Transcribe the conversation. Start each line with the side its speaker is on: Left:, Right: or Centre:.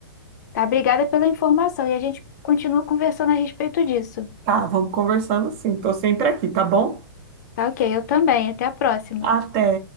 Left: Tá? Obrigada pela informação e a gente continua conversando a respeito disso.
Right: Tá, vamos conversando assim. Tô sempre aqui, tá bom?
Left: Tá ok, eu também. Até a próxima.
Right: Até.